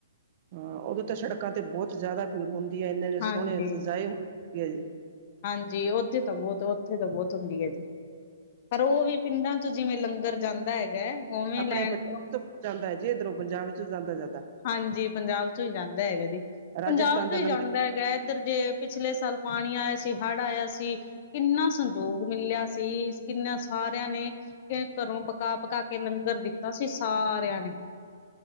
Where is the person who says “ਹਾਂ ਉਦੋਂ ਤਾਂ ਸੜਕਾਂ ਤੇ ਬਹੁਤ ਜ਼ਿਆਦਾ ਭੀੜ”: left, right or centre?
Right